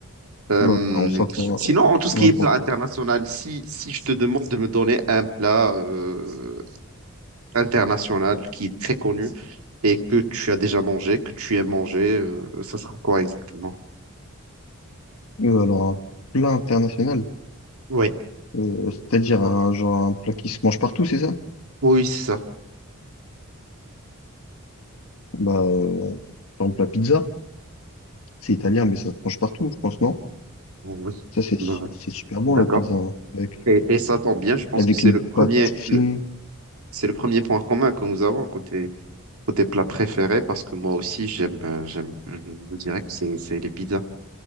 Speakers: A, on the right; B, on the left.
A: Euh,
B: Bah, on s'attend,
A: sinon, en tout ce
B: on
A: qui
B: a un
A: est
B: point
A: plat
B: commun.
A: international, si, si je te demande de me donner un plat, euh, international qui est très connu et que tu as déjà mangé, que tu aimes manger, euh, ça sera quoi exactement?
B: Euh, alors, un plat international,
A: Oui,
B: euh, c'est-à-dire un, genre, un plat qui se mange partout, c'est ça?
A: oui, c'est ça.
B: Bah, euh, par exemple, la pizza, c'est italien, mais ça se mange partout, je pense, non?
A: Oui,
B: Ça, c'est
A: Bah,
B: c'est super bon,
A: d'accord.
B: la pizza, hein, avec,
A: Et, et ça tombe bien, je pense
B: avec
A: que c'est
B: une
A: le
B: pâte
A: premier,
B: fine.
A: le- c'est le premier point commun que nous avons côté, côté plat préféré, parce que moi aussi, j'aime, euh, j'aime, je vous dirais que c'est, c'est les pizzas.